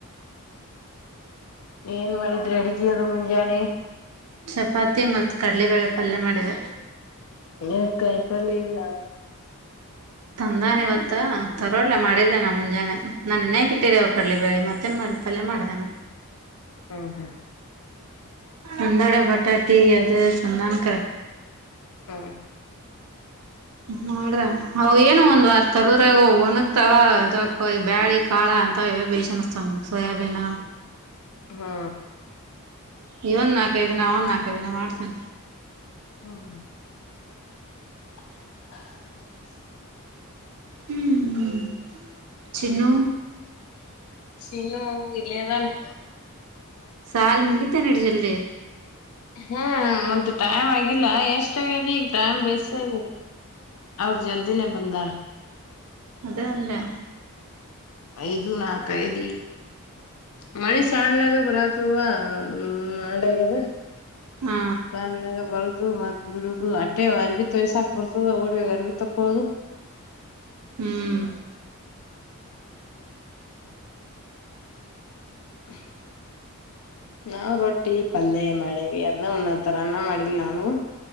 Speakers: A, on the left; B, on the right.
A: ಏನ್ ಮಾಡಿದ್ರೆ ಅಡಗಿ ಅದು ಮುಂಜಾನೆ
B: ಚಪಾತಿ ಮತ್ತು ಕಡಲೆಬೇಳೆ ಪಲ್ಯ ಮಾಡಿದೆ
A: ಹ ಕಾಯಪಲ್ಲ ಇಲ್ಲ
B: ತಂದಾನ ಇವತ್ತ ತರೋಡ್ಲ ಮಾಡಿದ್ದೇ ನ ಮುಂಜಾನೆ ನಾನ ಇನ್ನೆಕ್ ಇಟ್ಟಿರ ಅವ ಕಡ್ಲಿ ಬೇಳಿ ಮತ್ತೇನ್ ಮಾಡ ಸ್ವಲ್ಪಲ್ಲೇ ಮಾಡ್ದಣ
A: ಹ್ಮ್ ಹ್ಮ್
B: ಒಂದಾಡ ಬಟಾಟೀ ಅದು ಸಂದಕರ
A: ಹ್ಮ್
B: ಮಾಡ್ದಾನ ಅ ಏನು ಒಂದ್ ವಾರ ತರ್ರಾಗ ಒಣಗ್ತಾವ ಇದಕ್ಕ ಬ್ಯಾಳಿ ಕಾಳ ಅಂತ ಬೇಿಸಿ ಅನಿಸತಂಗ ಸೋಯಬೀನ
A: ಹಾ
B: ಈ ಒಂದ್ ನಾಲ್ಕೈದು ದಿನ ಒಂದ್ ನಾಲ್ಕೈ ದಿನ ಮಾಡ್ತೇನೆ
A: ಹ್ಮ <inaudible> ಹ
B: ಹ್ಮ್ ಚಿನು
A: ಚಿನು ಎಲೆ ಎಧಳೆ
B: ಸಲ್ ಮುಗಿತ ನಡಿ ಜಲ್ದಿ
A: ಹ್ಮ್ ಮತ್ತ ಟೈಮ್ ಆಗಿಲ್ಲ ಎಷ್ಟ ಆಗಿದೆ ಈಗ ಟೈಮ್ ಬಸ್ ಆಗಿದೆ ಅವ ಜಲ್ದಿ ನಿ ಬಂದಾರ
B: ಅದನ್ನೆ
A: ಐದು ನಾಲ್ಕುಯದಿ ಮಳಿ ಶಾಲಾಗ ಬ್ರಾತುವ ಹ್ ನಡಾಗದ ಸ
B: ಹಾ
A: ಬ <inaudible> ಮತ್ ಬಿಡುದು ಅಟ್ಟೆ ಅರಬಿ ತ ವಯಸಾಕ್ ಬರ್ತದ ಓಡ್ಯಾಗ ಅರ್ಬಿ ತಕಳುದು
B: ಹ್ಮ್
A: ಹ ನಾವ್ ರೊಟ್ಟಿ ಪಲ್ೆ ಮಾಡೇವಿ ಅದನ್ನ ಉಣ್ಣತರ ಅನ್ನ ಮಾಡಿಲ್ ನಾನು